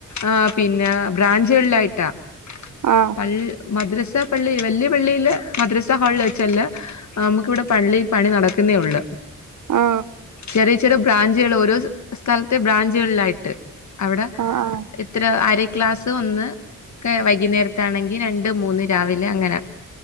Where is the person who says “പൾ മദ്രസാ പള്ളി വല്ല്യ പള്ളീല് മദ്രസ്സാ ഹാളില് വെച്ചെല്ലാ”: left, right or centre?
Left